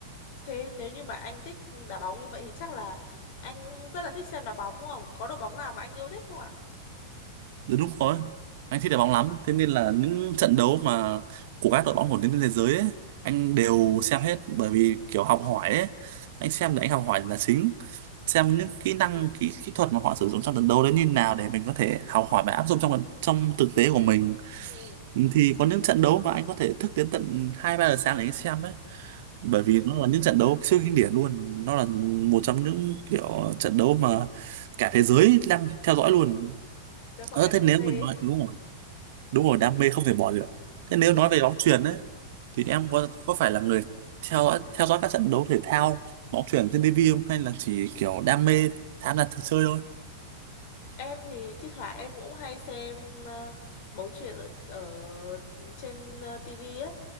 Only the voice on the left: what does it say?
Thế nếu như mà anh thích đá bóng như vậy thì chắc là anh rất là thích xem đá bóng đúng không? Có đội bóng nào mà anh yêu thích không ạ?
Ừ,
đó gọi
là đam
mê.
Ừ.
Em thì thi thoảng em cũng hay xem ờ, bóng chuyền ở, ở trên uh, tivi ấy.